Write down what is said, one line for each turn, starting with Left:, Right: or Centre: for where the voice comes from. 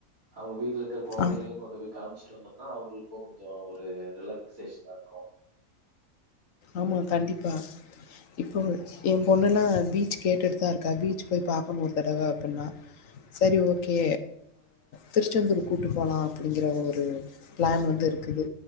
Right: அவங்க வீ ட்டுல இருக்குற கொழந்தைகளையு
Left: அ
Right: கொண்டு போய் காமுச்சுட்டு வந்தம்னா அவங்களுக்கு கொஞ்சோ ஒரு ரிலேக் ஸேஷனா இருக்கு
Left: ஆமா கண்டிப்பா இப்போ எம் பொண்ணுல்லா பீச் கேட்டுட்தா இருக்கா பீச் போய் பாக்கணு ஒரு தடவ அப்பன்னா சேரி ஓகே திருச்செந்தூர் கூப்புட் போலா அப்படிங்கற ஒரு பிளான் வந்து இருக்குது